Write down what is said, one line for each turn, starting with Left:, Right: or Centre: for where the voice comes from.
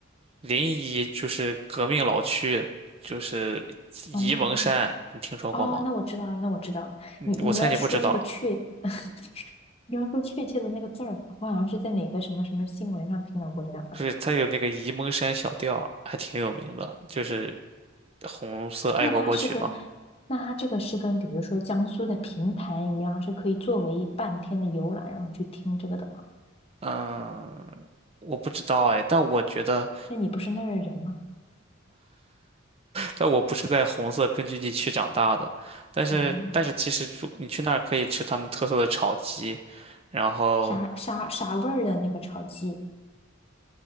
Right: 临沂就是革命老区，就是沂蒙山，
Left: 哦
Right: 你听说过吗？
Left: 哦，那我知道了，那我知道了。
Right: 嗯我猜你不知道，
Left: 你你要说那个确，<laughs> 你要说确切的那个字儿，我好像是在哪个什么什么新闻上听到过这两个字。
Right: 就是它有那个沂蒙山小调，还挺有名的，就是红色爱国歌曲嘛。
Left: 那它是跟，那它这个是跟，比如说江苏的平潭一样，是可以作为半天的游览，然后去听这个的吗？
Right: 嗯，我不知道哎，但我觉得，
Left: 那你不是那儿的人吗？
Right: 但我不是在红色根据地区长大的，但是但是其实如你去那儿可以吃他们特色的炒鸡，
Left: 哦，
Right: 然后
Left: 啥啥啥味儿的那个炒鸡，